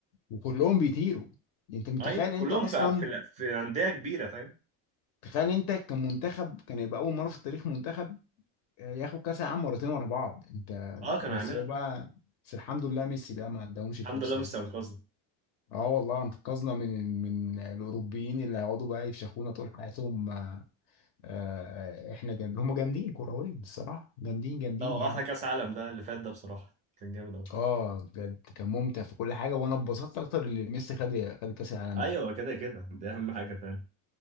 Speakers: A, on the left; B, on the right.
A: وكلهم بيطيروا انت متخيل
B: ايوه كلهم
A: انت اصلا
B: في في, في انديه كبيره فاهم
A: تخيل انت كمنتخب كان يبقى اول مره في التاريخ منتخب آه، ياخد كاس العالم مرتين ورا بعض انت
B: اه كان
A: بس
B: هيعملها
A: هو
B: فاهم
A: بقى بس الحمد لله ميسي بقى ما اداهمش الفرصه
B: الحمد لله مش انقذنا
A: اه والله انقذنا من من الاوروبيين اللي هيقعدوا بقى يفشخونا طول حياتهم آه، آه، احنا جامد هم جامدين كرويا الصراحه جامدين جامدين
B: لا هو
A: يعني
B: احلى كاس عالم ده اللي فات ده بصراحه كان جامد قوي
A: اه بجد كان ممتع في كل حاجه وانا اتبسطت اكتر اللي ميسي خد خد كاس العالم
B: ايوه
A: ده
B: كده كده دي اهم حاجه فعلا